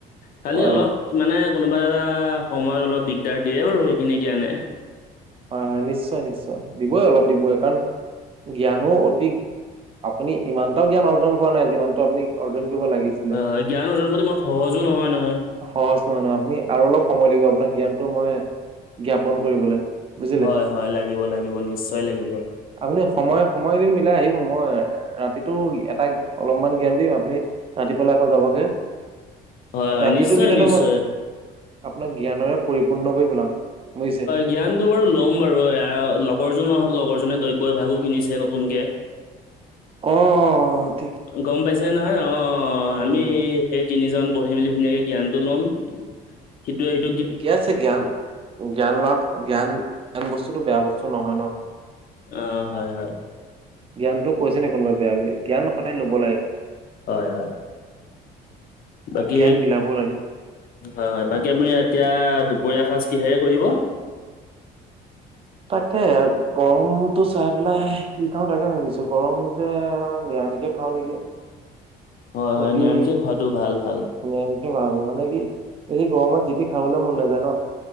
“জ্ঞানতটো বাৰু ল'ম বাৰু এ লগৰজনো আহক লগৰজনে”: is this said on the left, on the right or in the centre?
Left